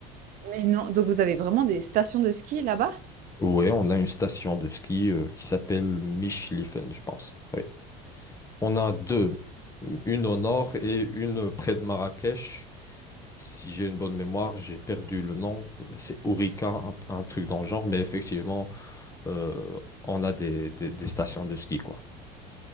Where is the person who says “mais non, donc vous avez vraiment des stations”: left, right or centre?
Right